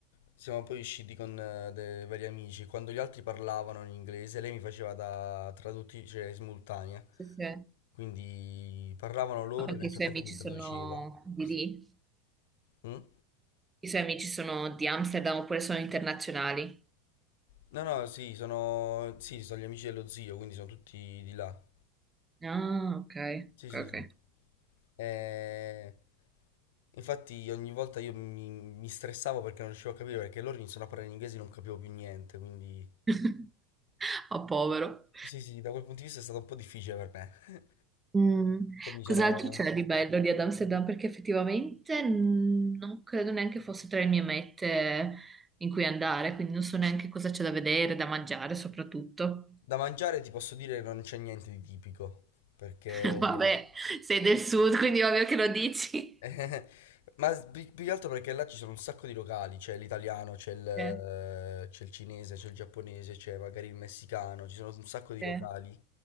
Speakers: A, on the left (about 70°); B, on the right (about 20°).
A: siamo poi usciti con eh, dei vari amici. Quando gli altri parlavano in inglese, lei mi faceva da traduttrice cioè, simultanea.
B: Sì, sì.
A: Quindi parlavano loro
B: Ma perché
A: e nel
B: i
A: frattempo
B: suoi amici
A: mi
B: sono
A: traduceva.
B: di
A: S-
B: lì?
A: mm?
B: I suoi amici sono di Amsterdam oppure sono internazionali?
A: No, no, sì, sono, sì, sono gli amici dello zio, quindi sono tutti di là.
B: Ah, ok,
A: Sì,
B: ok,
A: sì,
B: ok.
A: sì. Eh, Infatti ogni volta io mi, mi stressavo perché non riuscivo a capire, perché loro iniziano a parlare in inglese e non capivo più niente, quindi...
B: <laughs> Oh, povero.
A: Sì, sì, sì, da quel punto di vista è stato un po' difficile per me.
B: Mm,
A: <laughs> Poi mi
B: Cos'altro
A: sono...
B: c'è di bello di Ad Amsterdam? Perché effettivamente mm, non credo neanche fosse tra le mie mete in cui andare, quindi non so neanche cosa c'è da vedere, da mangiare soprattutto.
A: Da mangiare ti posso dire che non c'è niente di tipico, perché
B: <laughs> Vabbè, sei del sud, quindi ovvio che lo dici.
A: Eh, Ma s- pi- più che altro perché là ci sono un sacco di locali, c'è l'italiano, c'è il, eh,
B: Sì,
A: c'è il cinese, c'è il giapponese, c'è magari il messicano, ci sono un sacco di
B: sì.
A: locali